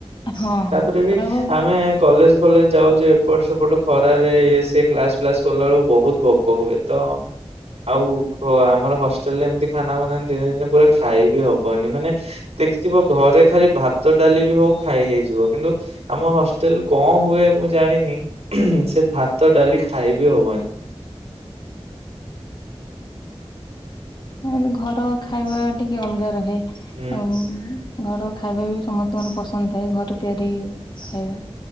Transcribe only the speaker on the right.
ତାପରେ ବି
ଆମେ କଲେଜ ଫଲେଜ ଯାଉଚି ଏପଟ ସେପଟ ଖରାରେ ଇଏ ସିଏ କ୍ଲାସ ଫ୍ଲାସ୍ କଲା ବେଳକୁ ବହୁତ ଭୋକ ହୁଏ। ତ ଆଉ ହ ଆମର ହଷ୍ଟେଲ ରେ ଏମିତି ଖାନା ବନାନ୍ତି ଦିନେ ଦିନେ ପୁରା ଖାଇବି ହବନି ମାନେ ଦେଖିଥିବ ଘରେ ଖାଲି ଭାତ ଡାଲି ବି ହଉ ଖାଇ ହେଇଯିବ କିନ୍ତୁ ଆମ ହଷ୍ଟେଲ କଣ ହୁଏ ମୁଁ ଜାଣିନି ହୁଁ ସେ ଭାତ ଡାଲି ଖାଇବି ହବନି।
ହୁଁ